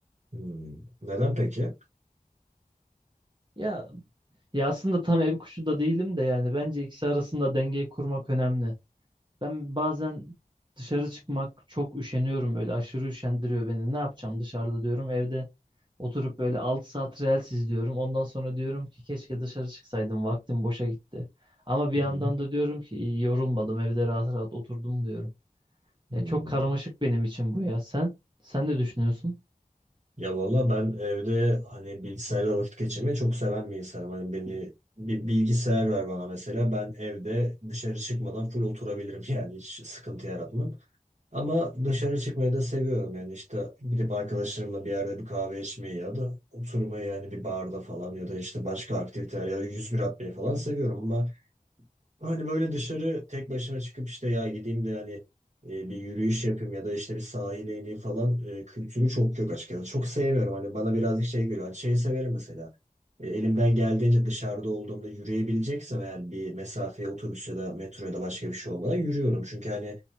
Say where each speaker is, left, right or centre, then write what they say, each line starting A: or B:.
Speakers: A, on the right; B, on the right.
A: Hmm. Neden peki?
B: Ya ya aslında tam ev kuşu da değilim de yani bence ikisi arasında dengeyi kurmak önemli. Ben bazen dışarı çıkmak çok üşeniyorum böyle aşırı üşendiriyor beni. Ne yapacağım dışarıda diyorum. Evde oturup böyle 6 saat Reels izliyorum. Ondan sonra diyorum ki keşke dışarı çıksaydım. Vaktim boşa gitti. Ama bir
A: Hı
B: yandan
A: hı.
B: da diyorum ki iyi yorulmadım. Evde rahat rahat oturdum diyorum.
A: Hmm.
B: Ya çok karmaşık benim için bu ya. Sen sen ne düşünüyorsun?
A: Ya valla ben evde hani bilgisayarla vakit geçirmeyi çok seven bir insanım. Hani beni bir bilgisayar ver bana mesela ben evde dışarı çıkmadan full oturabilirim <laughs> yani hiç sıkıntı yaratmam. Ama dışarı çıkmayı da seviyorum yani işte gidip arkadaşlarımla bir yerde bir kahve içmeyi ya da oturmayı yani bir barda falan ya da işte başka aktiviteler ya da 101 atmayı falan seviyorum ama. Hani böyle dışarı tek başıma çıkıp işte ya gideyim de hani e, bir yürüyüş yapayım ya da işte bir sahile ineyim falan e, kültürü çok yok açıkçası. Çok sevmiyorum hani bana birazcık şey geliyor. Hani şeyi severim mesela. E, elimden geldiğince dışarıda olduğumda yürüyebileceksem eğer bir mesafeye otobüs ya da metro ya da başka bir şey olmadan yürüyorum. Çünkü hani